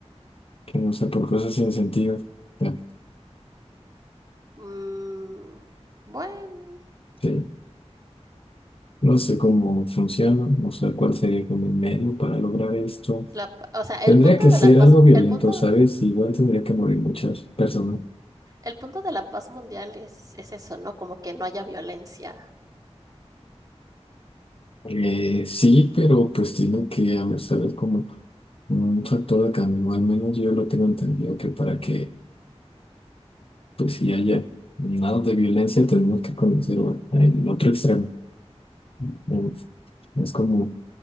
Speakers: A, on the left; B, on the right.
A: que no sé, por cosas sin sentido. O
B: Mm, bueno.
A: sí, No sé cómo funciona, no sé cuál sería como el medio para lograr esto.
B: La, pa- o sea,
A: Tendría
B: el punto
A: que
B: de
A: ser
B: la paz,
A: algo violento,
B: el punto,
A: ¿sabes? Igual tendría que morir muchas personas.
B: el punto de la paz mundial es, es eso, ¿no? Como que no haya violencia.
A: Eh, sí, pero pues tiene que haber, ¿sabes? Como un factor de cambio. Al menos yo lo tengo entendido que para que pues si haya nada de violencia, tenemos que conocer el otro extremo. Mm, Es como,